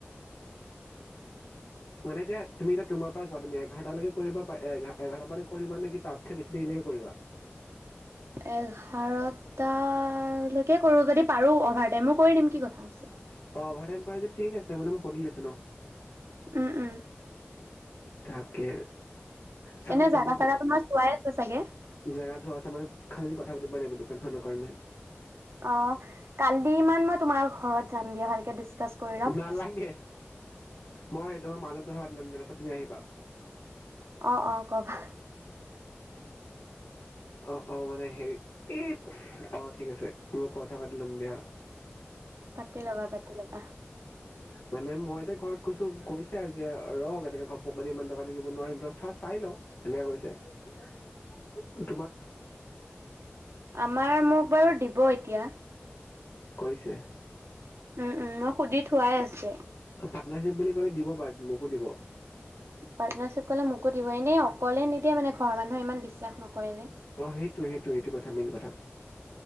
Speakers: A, on the left; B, on the right.
A: মানে এতিয়া তুমি এতিয়া তোমাৰ পৰা কোৱা, তুমি এঘাৰটালৈকে কৰিবা, এঘাৰটাৰ পা কৰিবা নেকি তাতছে বেছি দেৰিলৈকে কৰিবা?
B: এঘাৰটা লৈকে কৰো যদি পাৰো অভাৰটাইমো কৰি দিম কি কথা, আছে।
A: অহ, 'অভাৰটাইম কৰা য, ঠিক আছে মানে মই সুধি লৈছো ন, '-
B: উম-উম
A: তাকে, চাও
B: এনে
A: এতিয়া
B: জাগা
A: মই ঘৰ
B: চাগা তোমাৰ চোৱাই আছে চাগে?
A: জাগা থোৱা আছে মানে খাল, কথা পাতিব লাগিব দোকান খনৰ কাৰণে।
B: অ, ' কালি ইমান মই তোমাৰ ঘৰত যাম দিয়া ভালকে দিছ, কাচ কৰি ল'ম,
A: নালাগে মই তোমাৰ মা লগত কথা পাতি লম দে তাছত তুমি আহিবা
B: অ অ কবা
A: অহ অহ মানে হে এই অহ ঠিক আছে মই কথা পাতি লম দিয়া।
B: পতি ল'বা পতি ল'বা
A: মানে মই এতিয়া ঘৰত কৈছো কৈছে আৰু যে ৰক এনেকে ঘপক ইমান টকাটো দিব নোৱাৰিম ত চ চাই ল। এনেকে কৈছে <inaudible>
B: আমাৰ মোক বাৰু দিব এতিয়া।
A: কৈছে
B: উম উম মই সুধি থো খোৱাই আছে
A: পাৰ্টনাৰশ্বিপ বুলি কলে দিব বাৰু মোকো দিব।
B: পাৰ্টনাৰশ্বিপ ক'লে মোকো দিব এনে অকলে নিদিয়ে মানে ঘৰৰ মানুহে ইমান বিশ্বাস নকৰে যে
A: অ সেইটো সেইটো সেইটো কথা মেইন কথা